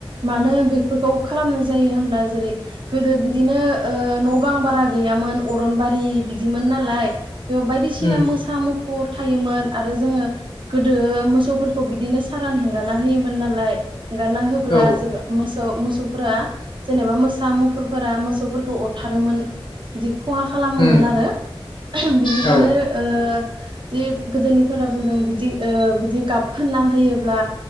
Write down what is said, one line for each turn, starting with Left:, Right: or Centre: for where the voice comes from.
Right: मानो बेफोरखौ खालामनाय जायो होनब्ला जेरै गोदो बिदिनो ओ न' गोबां बारा गैयामोन अरनबारि बिदिमोन नालाय बेयाव बायदिसिना
Left: उम
Right: मोसा मु फुर थायोमोन आरो जोङो गोदो मोसौफोरखौ बिदिनो सारान हेंगारना होयोमोन नालाय एंगारना होब्ला
Left: औ
Right: ज मोसौ मोसौफोरा जेनेबा मोसा मुफुरफोरा मोसौफोरखौ अर थारोमोन बिदि खहा खालामोमोन
Left: उम
Right: आरो बिनिखायनो
Left: औ औ
Right: ओ जि गोदोनिफोरा बुंदों बिदि बिदि गाब फोनना होयोब्ला